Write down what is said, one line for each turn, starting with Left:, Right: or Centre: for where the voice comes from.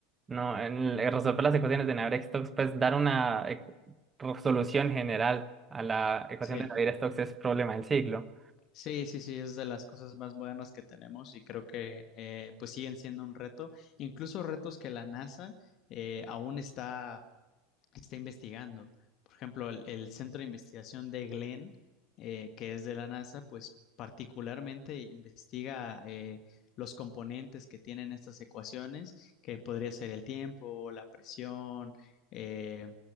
Right: No, en el- eh, resolver las ecuaciones de Navier-Stokes, pues dar una e- solución general a la ecuación
Left: Sí,
Right: de Navier-Stokes es problema del ciclo.
Left: sí, sí, sí, es de las cosas más modernas que tenemos y creo que eh, pues siguen siendo un reto, incluso retos que la NASA eh, aún está está investigando. Por ejemplo, el, el Centro de Investigación de Glenn, eh, que es de la NASA, pues particularmente investiga eh, los componentes que tienen estas ecuaciones, que podría ser el tiempo, la presión, eh,